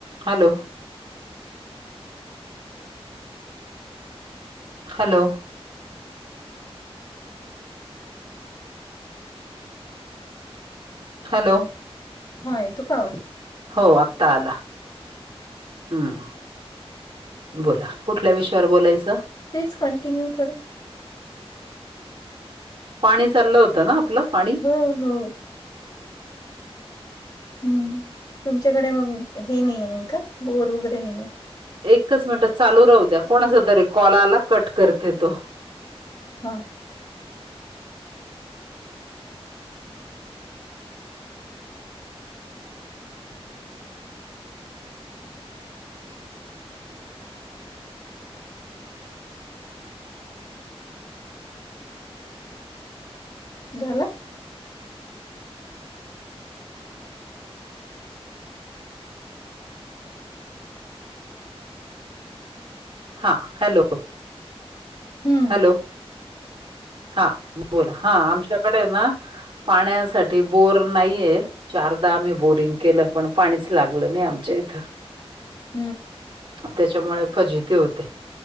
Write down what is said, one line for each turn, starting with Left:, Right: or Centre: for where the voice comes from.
Right: Hello! Hello! Hello!
Left: हा त का.
Right: हो आत्ता आला हम्म. बोला कुठल्या विषयावर बोलायचं.
Left: तेच कंटिन्यू करू.
Right: पाणी चाललं होतं ना आपलं. पाणी
Left: हो हो. हम्म तुमच्याकडे मग हे नाही आहे नाही का बोर वगैरे नाही आहे.
Right: एकच मिनिटात चालू राहू द्या कोणाच तरी कॉलाला कट करते तो
Left: हम. झालं.
Right: हा.. हॅलो
Left: हम्म
Right: हॅलो. हा.. बोला हा आमच्याकडे ना, पाण्यासाठी बोर नाहीये. चारदा आम्ही बोरिंग केलं पण, पाणीच लागलं नाही आमच्या इथं.
Left: <unintelligible>
Right: तेच्यामुळे फजिती होते.